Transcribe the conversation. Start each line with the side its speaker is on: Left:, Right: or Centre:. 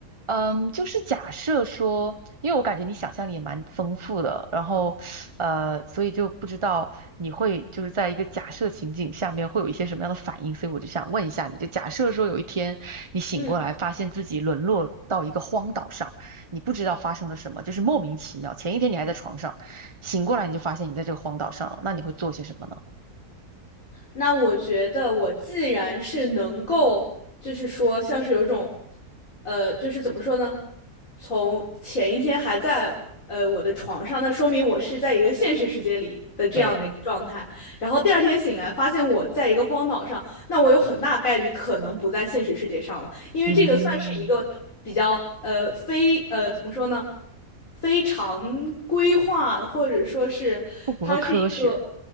Right: 嗯，就是假设说，因为我感觉你想象力也蛮丰富的，然后，呃，所以就不知道你会就是在一个假设情景下面会有一些什么样的反应，所以我就想问一下你，就假设说有一天你醒过来，
Left: 嗯，
Right: 发现自己沦落到一个荒岛上，你不知道发生了什么，就是莫名其妙，前一天你还在床上，醒过来你就发现你在这个荒岛上了，那你会做些什么呢？
Left: 那我觉得我既然是能够，就是说像是有一种，呃，就是怎么说呢？从前一天还在呃我的床上，那说明我是在一个现实世界里的这样的一个状态。
Right: 对，
Left: 然后第二天醒来，发现我在一个荒岛上，那我有很大概率可能不在现实世界上了，因为这个算是一个比较呃非呃怎么说呢？
Right: 嗯，
Left: 非常规划，或者说是它是一个。
Right: 不符合科学，